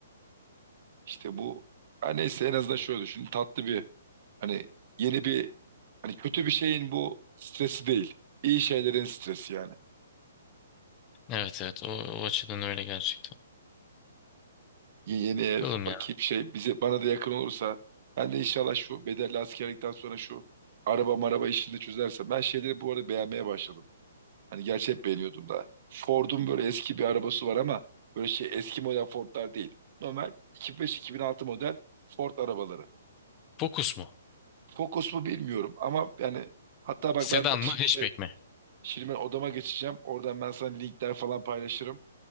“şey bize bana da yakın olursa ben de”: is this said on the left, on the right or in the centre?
Right